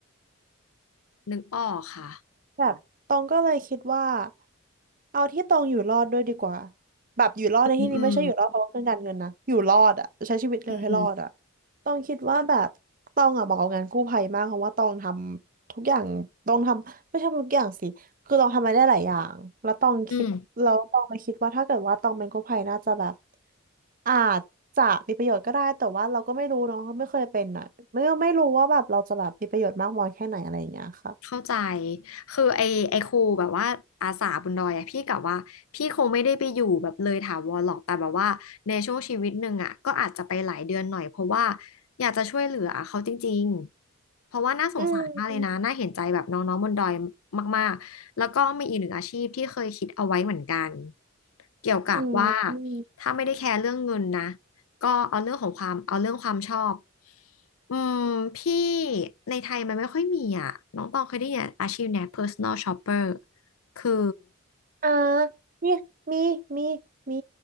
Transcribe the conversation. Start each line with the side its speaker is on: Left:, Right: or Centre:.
Left: นึกออกค่ะ
Right: แบบตองก็เลยคิดว่าเอาที่ตองอยู่รอดด้วยดีกว่าแบบอยู่รอดในที่นี้ไม่ใช่อยู่รอดเพราะว่าเรื่องการเงินนะอยู่รอดอะใช้ชีวิตเร็วให้รอดอะ
Left: อืมอืมอืม
Right: ตองคิดว่าแบบตองอะเหมาะกับงานกู้ภัยมากเพราะว่าตองทำทุกอย่างตองทำไม่ใช่ทุกอย่างสิคือตองทำอะไรได้หลายอย่างแล้วตองคิดแล้วตองมาคิดว่าถ้าเกิดว่าตองเป็นกู้ภัยน่าจะแบบ
Left: อืม
Right: อาจจะมีประโยชน์ก็ได้แต่ว่าเราก็ไม่รู้เนาะไม่เคยเป็นอะไม่ไม่รู้ว่าแบบเราจะแบบมีประโยชน์มากน้อยแค่ไหนอะไรอย่างเงี้ยค่ะ
Left: เข้าใจคือไอไอครูแบบว่าอาสาบนดอยอะพี่กะว่าพี่คงไม่ได้ไปอยู่แบบเลยถาวรหรอกแต่แบบว่าในช่วงชีวิตหนึ่งอะก็อาจจะไปหลายเดือนหน่อยเพราะว่าอยากจะช่วยเหลือเขาจริงๆเพราะว่าน่าสงสารมากเลยนะน่าเห็นใจแบบน้องๆบนดอย
Right: อืม
Left: มากๆแล้วก็มีอีกหนึ่งอาชีพที่เคยคิดเอาไว้เหมือนกันเกี่ยวกับว่า
Right: อืมอืม
Left: ถ้าไม่ได้แคร์เรื่องเงินนะ ก็เอาเรื่องของความเอาเรื่องความชอบ อืมพี่ในไทยมันไม่ค่อยมีอ่ะน้องตองเคยได้ยินอาชีพเนี้ย personal shopper คือ
Right: อ่าเนี่ยมีมีมี